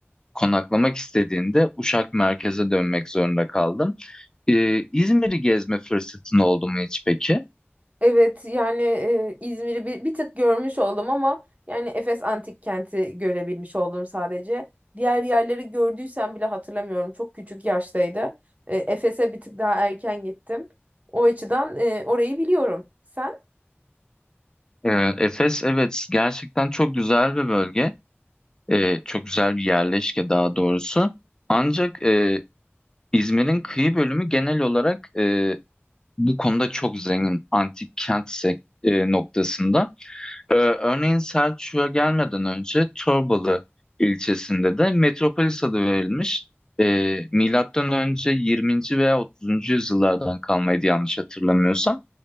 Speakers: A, on the left; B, on the right.
A: konaklamak istediğinde Uşak merkeze dönmek zorunda kaldım. E, İzmir'i gezme fırsatın oldu mu hiç peki?
B: Evet yani e, İzmir'i bir, bir tık görmüş oldum ama yani Efes Antik Kenti görebilmiş oldum sadece. Diğer yerleri gördüysem bile hatırlamıyorum. Çok küçük yaştaydı. E, Efes'e bir tık daha erken gittim. O açıdan e, orayı biliyorum. Sen?
A: Ee, Efes evet gerçekten çok güzel bir bölge. Ee, çok güzel bir yerleşke daha doğrusu. Ancak e, İzmir'in kıyı bölümü genel olarak e, bu konuda çok zengin antik kent sek- e, noktasında. Ee, örneğin Selçuk'a gelmeden önce Torbalı ilçesinde de Metropolis adı verilmiş. Ee, milattan önce 20. veya 30. yüzyıllardan kalmaydı yanlış hatırlamıyorsam.